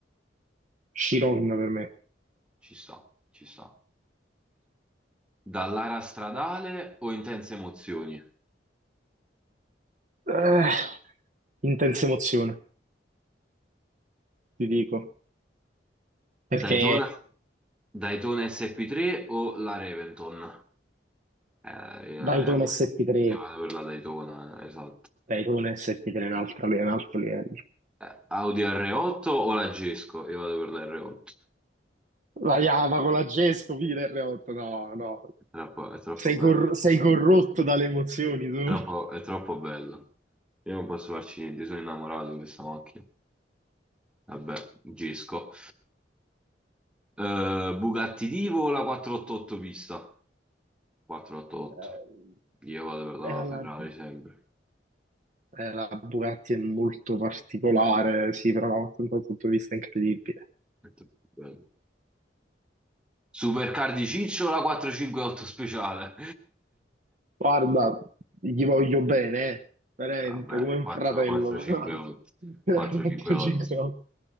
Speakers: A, on the right (about 45°); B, in the centre.
A: Chiron per me.
B: Ci sta, ci sta. Dallara stradale o intense emozioni?
A: Eh, intensa emozione, ti dico. Perché
B: Daytona, Daytona SP3 o la Reventon? Eh, io,
A: Daytona
B: io-
A: SP3,
B: io vado per la Daytona, eh, esatto.
A: Daytona SP3 è un altro, è un altro livello.
B: Eh, Audi R8 o la Gesco? Io vado per la R8.
A: La Yamaha con la Gesco, fine R8, no, no.
B: È troppo, è troppo
A: Sei,
B: bello.
A: cor- sei corrotto dalle emozioni, tu.
B: Troppo- è troppo bello. Io non posso farci niente, sono innamorato di questa macchina. Vabbè, Gesco. Eh, Bugatti Divo o la 488 pista? 488.
A: Eh,
B: Io vado per la
A: eh,
B: Ferrari
A: la,
B: sempre.
A: eh, la Bugatti è molto particolare, sì, però da un punto di vista incredibile.
B: È troppo bello. Supercar di Ciccio o la 458 speciale?
A: Guarda, gli voglio bene, eh. veramente,
B: <laughs> Vabbè,
A: come un
B: 4,
A: fratello.
B: 458.
A: però- <laughs> veramente
B: 458.
A: ci credo.